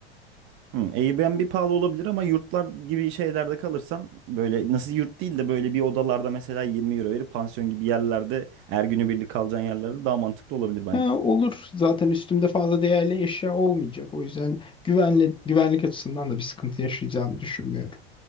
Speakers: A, on the right; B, on the left.
A: Hı, Airbnb pahalı olabilir ama yurtlar gibi şeylerde kalırsan böyle nasıl yurt değil de böyle bir odalarda mesela 20 euro verip pansiyon gibi yerlerde her günü birlik kalacağın yerlerde daha mantıklı olabilir bence.
B: Ha, olur. Zaten üstümde fazla değerli eşya olmayacak. O yüzden güvenli, güvenlik açısından da bir sıkıntı yaşayacağımı düşünmüyorum.